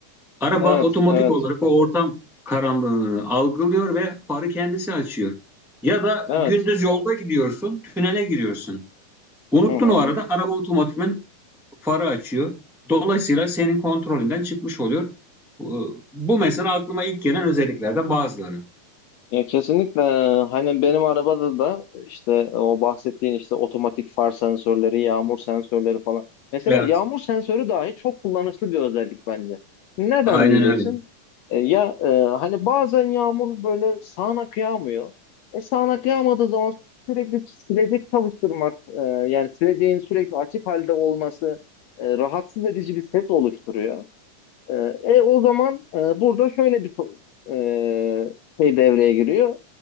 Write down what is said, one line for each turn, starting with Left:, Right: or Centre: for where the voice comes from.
Centre: Araba
Left: Evet,
Centre: otomatik
Left: evet,
Centre: olarak o ortam karanlığını algılıyor ve farı kendisi açıyor. Ya da
Left: evet.
Centre: gündüz yolda gidiyorsun, tünele giriyorsun. Unuttun
Left: Hı hı.
Centre: o arada araba otomatikman farı açıyor. Dolayısıyla senin kontrolünden çıkmış oluyor. Bu mesela aklıma ilk gelen özelliklerden bazıları.
Left: Ya kesinlikle hani benim arabada da işte o bahsettiğin işte otomatik far sensörleri, yağmur sensörleri falan. Mesela
Centre: Evet,
Left: yağmur sensörü dahi çok kullanışlı bir özellik bence. Neden
Centre: aynen
Left: diyeceksin?
Centre: öyle.
Left: E, ya e, hani bazen yağmur böyle sağanak kıyamıyor, E sağanak yağmadığı zaman sürekli silecek çalıştırmak, e, yani sileceğin sürekli açık halde olması e, rahatsız edici bir ses oluşturuyor. E, e o zaman e, burada şöyle bir to- e, şey devreye giriyor